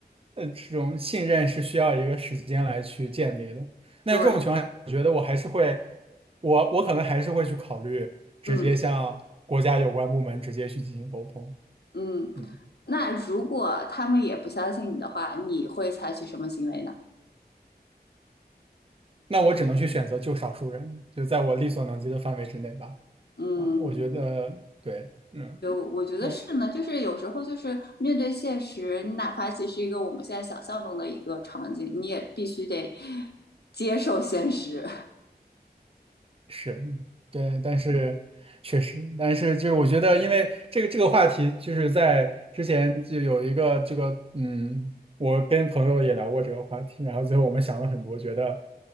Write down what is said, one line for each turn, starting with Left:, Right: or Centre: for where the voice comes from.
Right: 呃这种信任是需要一个时间来去建立的。那这种情况下，
Left: 对，
Right: 我觉得我还是会，我我可能还是会去考虑直接向国家有关部门直接去进行沟通。
Left: 嗯嗯。
Right: 嗯，
Left: 那如果他们也不相信你的话，你会采取什么行为呢？
Right: 那我只能去选择救少数人，就在我力所能及的范围之内吧。
Left: 嗯，
Right: 啊，我觉得对，嗯，
Left: 就我觉得是呢，
Right: 就。
Left: 就是有时候就是面对现实，你哪怕其实一个我们现在想象中的一个场景，你也必须得接受现实。
Right: 是，对，但是确实，但是就是我觉得，因为这个这个话题，就是在之前就有一个这个，嗯，我跟朋友也聊过这个话题，然后最后我们想了很多，觉得，